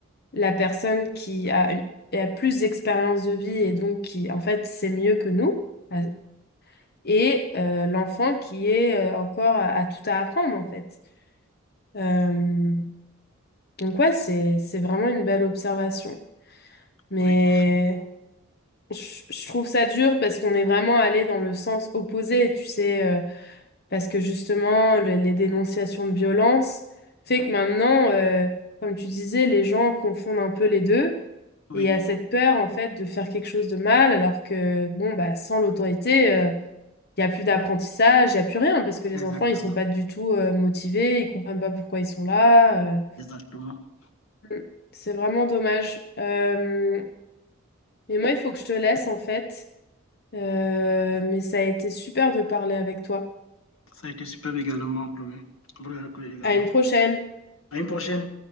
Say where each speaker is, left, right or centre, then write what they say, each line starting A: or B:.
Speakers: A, on the left (about 50°); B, on the left (about 85°).
A: la personne qui a, une- a plus d'expérience de vie et donc qui, en fait, sait mieux que nous, à- et euh, l'enfant qui est euh, encore à, à tout à apprendre, en fait. Euh, donc, ouais, c'est, c'est vraiment une belle observation. Mais
B: Oui,
A: je, je trouve ça dur parce qu'on est vraiment allé dans le sens opposé, tu sais. euh, Parce que justement, le- les dénonciations de violence fait que maintenant, euh, comme tu disais, les gens confondent un peu les deux.
B: oui,
A: Et il y a cette peur, en fait, de faire quelque chose de mal, alors que, bon, bah, sans l'autorité, euh, il y n'y a plus d'apprentissage, il n'y a plus rien, parce que les
B: exactement.
A: enfants, ils sont pas du tout, euh, motivés, ils comprennent pas pourquoi ils sont là. euh.
B: Exactement.
A: Mm. C'est vraiment dommage. Euh, mais moi, il faut que je te laisse, en fait. Euh, mais ça a été super de parler avec toi.
B: Ça a été superbe également, Chloé. Vraiment, Chloé, également.
A: À une prochaine!
B: À une prochaine.